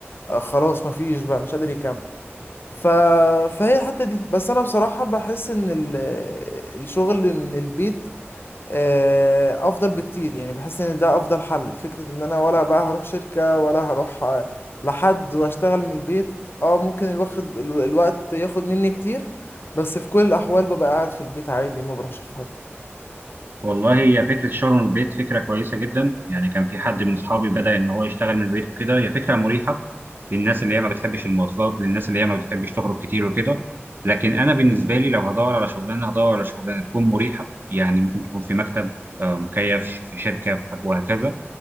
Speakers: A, on the left; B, on the right.
A: آه خلاص مفيش بقى مش قادر يكمل ف... فهي الحتة دي بس أنا بصراحة بحس إن ال... الشغل من البيت آه، أفضل بكتير يعني بحس إن ده أفضل حل فكرة إن أنا ولا بقى هروح شركة ولا هروح آه، لحد وأشتغل من البيت أه ممكن الواخد ال- الوقت ياخد مني كتير بس في كل الأحوال ببقى قاعد في البيت عادي ما بروحش في حتة
B: والله هي فكرة الشغل من البيت فكرة كويسة جدا يعني كان في حد من أصحابي بدأ إن هو يشتغل من البيت وكده هي فكرة مريحة للناس اللي هي ما بتحبش المواصلات للناس اللي هي ما بتحبش تخرج كتير وكده لكن أنا بالنسبة لي لو هدور على شغلانة هدور على شغلانة تكون مريحة يعني ممكن تكون في مكتب آه، مكيف ش- في شركة ف- وهكذا